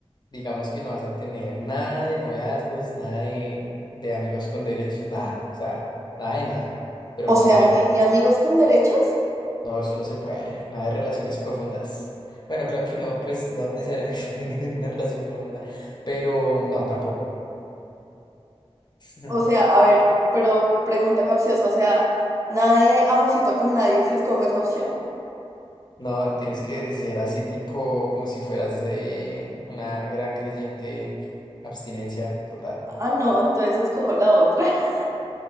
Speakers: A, on the left; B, on the right.
A: digamos que no vas a tener nada de noviazgos, nada de, de amigos con derechos, nada. O sea, nada de nada, pero
B: O
A: con
B: sea,
A: dinero.
B: ni, ni amigos con derechos.
A: No, eso no se puede. Nada de relaciones profundas. Bueno, creo que no, pues no necesariamente <laughs> tiene que tener una relación profunda, pero no, tampoco. <laughs>
B: O sea, a ver, pero pregunta capciosa, o sea, nada de amorcito con nadie si escojo esa opción.
A: No, tienes que ser así tipo como si fueras eh, una gran creyente, abstinencia total.
B: Ah, no, entonces escojo la otra. <laughs>